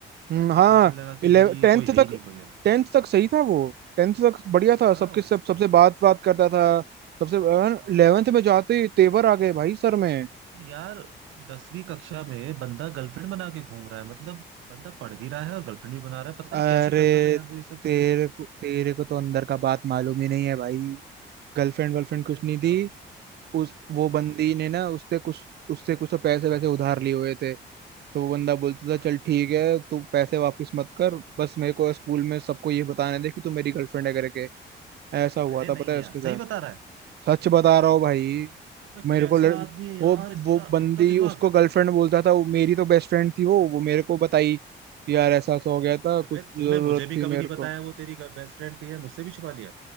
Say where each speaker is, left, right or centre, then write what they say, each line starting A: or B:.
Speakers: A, on the right (about 55°); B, on the right (about 80°).
A: हम्म,
B: ऐसा
A: हाँ
B: सोचने लगा कि
A: इलेव
B: भाई
A: टेंथ
B: कोई है ही
A: तक
B: नहीं कोई है
A: टेंथ तक सही था वो टेंथ तक बढ़िया था
B: हाँ
A: सबके सब
B: उसके
A: सबसे बात बात करता था सबसे
B: और
A: इलेवेंथ
B: क्या
A: में जाते ही तेवर आ गए भाई सर में
B: और यार दसवीं कक्षा में बंदा गर्लफ्रेंड बना के घूम रहा है मतलब बंदा पढ़ भी रहा है और गर्लफ्रेंड भी बना रहा है पता
A: अरे
B: नहीं कैसे करता था यार वो ये सब
A: तेरे
B: चीजें
A: को तेरे को तो अंदर का बात मालूम ही नहीं है भाई गर्लफ्रेंड वर्लफ्रेंड कुछ
B: अरे
A: नहीं
B: क्या
A: थी
B: हो गया
A: उस वो बंदी ने ना उससे कुछ उससे कुछ तो पैसे वैसे उधार लिए हुए थे तो वो बंदा बोलता
B: अच्छा
A: था चल ठीक है तू पैसे वापस मत कर बस मेरे को स्कूल में सबको ये बताने दे कि तू मेरी गर्लफ्रेंड है करके ऐसा हुआ
B: अरे
A: था
B: नहीं
A: पता है
B: यार
A: उसके
B: सही
A: साथ
B: बता रहा है
A: सच बता रहा हूँ भाई
B: अबे
A: मेरे
B: कैसा
A: को लड़...
B: आदमी है यार
A: वो
B: इतना
A: वो बंदी
B: इतना दिमाग
A: उसको गर्लफ्रेंड बोलता था वो मेरी तो बेस्ट फ्रेंड थी वो वो मेरे को बताई कि यार ऐसा ऐसा हो गया था कुछ
B: अबे
A: जरूरत
B: तूने मुझे भी
A: थी
B: कभी
A: मेरे
B: नहीं बताया
A: को
B: वो तेरी बेस्ट फ्रेंड थी है मुझसे भी छुपा लिया